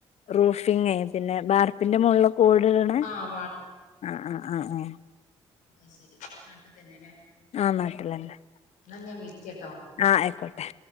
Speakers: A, on the left (about 50°); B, on the left (about 65°).
A: റൂഫിങ്ങേ പിന്നെ ബാർപ്പിന്റെ മോളിലൊക്കെ ഓട് ഇടുന്ന
B: ആഹ്
A: ആ ആ ആ ആ
B: അയ്ശെരി നാട്ടി തന്നെല്ലേ
A: ആഹ് നാട്ടില്ലേന്നേ
B: എന്നാ ഞാൻ വിളിക്കാട്ടോ
A: ആ ആയിക്കോട്ടെ